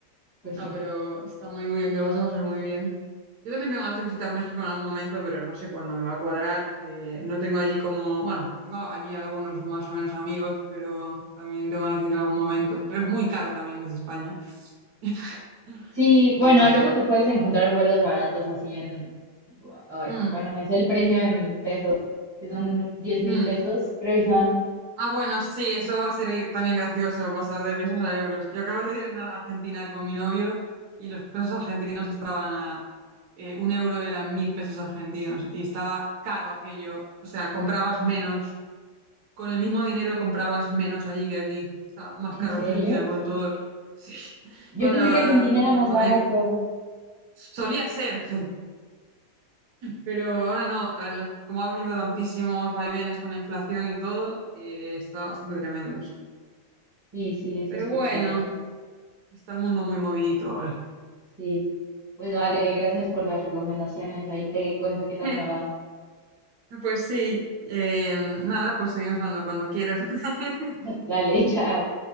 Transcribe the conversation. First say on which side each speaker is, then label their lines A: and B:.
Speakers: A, on the right; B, on the right.
A: pues
B: No,
A: sí.
B: pero está muy, muy bien, te lo vas a pasar muy bien. Yo también tengo ganas de visitar México en algún momento, pero no sé cuándo me va a cuadrar. Eh, no tengo allí como, bueno, tengo allí algunos más o menos amigos, pero también tengo ganas de ir en algún momento. Pero es muy caro también desde España. <laughs>
A: Sí,
B: Y
A: bueno,
B: no sé.
A: luego te puedes encontrar vuelos baratos así en... Ay,
B: Mm,
A: bueno, me sé el precio en pesos, que son diez mil
B: mm.
A: pesos. Creo que son,
B: Ah, bueno, sí, eso va a ser i- también gracioso, pasar de pesos a euros. Yo acabo de ir a Argentina con mi novio y los pesos argentinos estaban a eh, un euro eran mil pesos argentinos y estaba caro aquello. O sea, comprabas menos. Con el mismo dinero comprabas menos allí que aquí. Está más
A: ¿en
B: caro
A: serio?
B: Argentina con todo. <laughs> Sí,
A: Yo
B: con
A: pensé
B: la.
A: que Argentina era
B: los-
A: más barato.
B: eh, solía ser, sí. pero ahora no. En los- Como ha habido tantísimos vaivenes con la inflación y todo, eh, está bastante tremendo, sí.
A: Sí, sí, eso
B: Pero
A: he escuchado.
B: bueno, está el mundo muy movidito ahora.
A: Sí. Pues vale, gracias por las recomendaciones. Ahí te cuento qué tal
B: <laughs>
A: me va.
B: Pues sí. eh, nada, pues seguimos hablando cuando quieras. <laughs>
A: <laughs> Dale, chao.